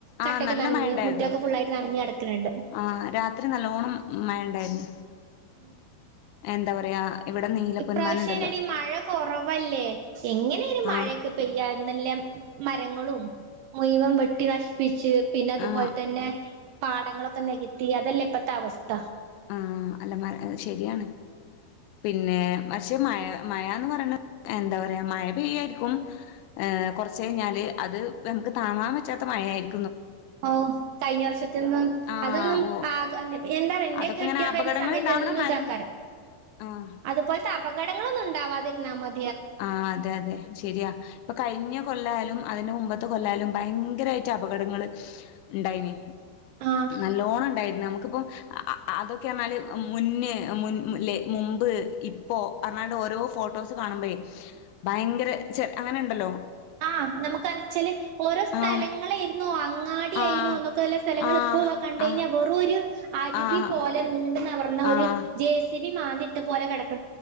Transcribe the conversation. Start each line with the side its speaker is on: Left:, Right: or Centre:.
Right: കട്ടൊക്കെ
Left: ആനല്ല
Right: നനഞ്ഞ്
Left: മഴ ഉണ്ടായിർന്നു
Right: മുറ്റൊക്കെ ഫുള്ളായിട്ട് നനഞ്ഞ് കിടക്കണണ്ട്
Left: ആ രാത്രി നല്ലോണം മഴ ഉണ്ടായിർന്നു എന്താ പറയാ ഇവിടെ നീലപ്പൊന്മാനുണ്ടല്ലോ
Right: ഇപ്രാവശ്യനടീ മഴ കൊറവല്ലേ എങ്ങനെലും മഴക്കെ
Left: ആഹ്
Right: പെയ്യന്നല്ലേ മരങ്ങളും മുഴുവം വെട്ടി നശിപ്പി ച്ച് പിന്നെ അതുപോലെതന്നെ
Left: ആഹ്
Right: പാടങ്ങളൊക്കെ നെക ത്തി അതല്ലെ ഇപ്പത്തെ അവസ്ഥ
Left: ആ അല്ല മ ശരിയാണ് പിന്നെ പക്ഷെ മഴ മഴന്ന് പറയണ എന്താ പറയാ മഴ പെയ്യായിർക്കും ഏ കൊർച്ച് കഴിഞ്ഞാല് അത് നമ്മക്ക് താങ്ങാൻ പറ്റാത്ത മഴായിരി
Right: ഓ കഴിഞ്ഞ വർഷത്തിൽന്ന്
Left: ആ
Right: അതൊന്നും
Left: ഓ
Right: ആ <unintelligible> <unintelligible> എന്റെ
Left: അതൊക്കെ
Right: കെട്ടിയോൻ
Left: ഇങ്ങനെ അപകടങ്ങൾ
Right: വരുന്ന സമയത്ത്
Left: ഉണ്ടാവണ
Right: എന്നും
Left: മരം
Right: ഇതാക്കാരം
Left: ആ
Right: അതുപോൽത്തെ അപകടങ്ങളൊന്നും ഉണ്ടാവാതിരുന്നാ മതി
Left: ആ അതെ അതെ ശരിയാ ഇപ്പൊ കഴിഞ്ഞ കൊല്ലാലും അതിന്റെ മുമ്പത്തെ കൊല്ലാലും ഭയങ്കരായിട്ട് അപകടങ്ങള് ഇണ്ടായീനി
Right: ആഹ്
Left: നല്ലോണം ഇണ്ടായി നമുക്കിപ്പം അ അതൊക്കെ പറഞ്ഞാല് മുന്നേ മും മുമ്പ് ഇപ്പോ അർഞ്ഞാണ്ട് ഓരോ ഫോട്ടോസ് കാണുമ്പോയേ ഭയങ്കര ചെ അങ്ങനെണ്ടല്ലോ
Right: ആ നമുക്കാന്ന് ചെലെ ഓരോ സ്ഥലങ്ങലേർന്നു
Left: ആഹ്
Right: അങ്ങാടിയെയ്ഞ്ഞു
Left: ആഹ്
Right: എന്നൊക്കെ വല്ല സ്ഥലങ്ങൾ
Left: ആഹ്
Right: ഇപ്പോ കണ്ടഴിഞ്ഞാ
Left: ആഹ്
Right: വെറോരു അരുവി
Left: ആഹ്
Right: പോലെ <unintelligible> <unintelligible> ഒരു
Left: ആഹ്
Right: ജെ സി ബി മാന്തി ഇ പോലെ കിടക്ക